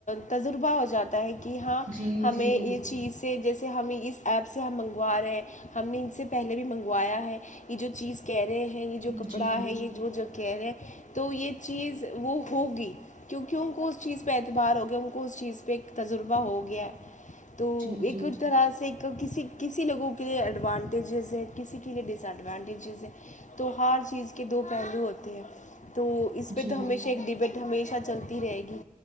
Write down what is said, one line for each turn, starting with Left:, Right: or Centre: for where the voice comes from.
Left: تجربہ ہو جاتا ہے کہ ہاں
Right: جی
Left: ہمیں
Right: جی
Left: یہ چیز سے جیسے سے ہمیں اس ایپ سے ہم منگوا رہے ہیں ہم نے ان سے پہلے بھی منگوایا ہے یہ جو چیز کہہ رہے ہیں یہ جو کپڑا
Right: جی
Left: ہے یہ جو جو کہہ رہے ہیں تو یہ چیز وہ ہوگی کیونکہ ان کو چیز پہ اعبار گئے وہ کو اس چیز پہ ایک تجربہ ہو گیا تو
Right: جی جی
Left: ایک اور طرح سے ایک کسی کسی لوگوں کے لیے ایڈوانٹیجز ہے کسی کے لیے ڈس ایڈوانٹیجیز ہے تو ہر چیز کے دو پہلو ہوتے ہیں تو اس
Right: جی
Left: پہ تو ہمیشہ ایک ڈبیٹ ہمیشہ چلتی رہے گی